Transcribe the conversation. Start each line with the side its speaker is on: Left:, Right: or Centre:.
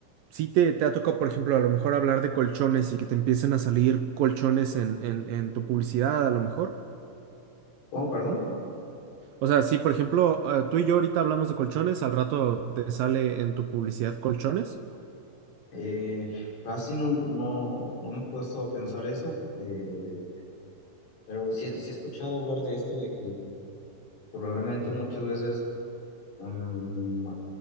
Right: sí te, te ha tocado, por ejemplo, a lo mejor hablar de colchones y que te empiecen a salir colchones en, en, en tu publicidad, a lo mejor.
Left: ¿Cómo, perdón?
Right: O sea, sí, por ejemplo, eh, tú y yo ahorita hablamos de colchones, al rato te sale en tu publicidad colchones.
Left: Eh, casi no, no, no me he puesto a pensar eso. eh, pero sí, sí he escuchado hablar de esto, de que Probablemente muchas veces mm,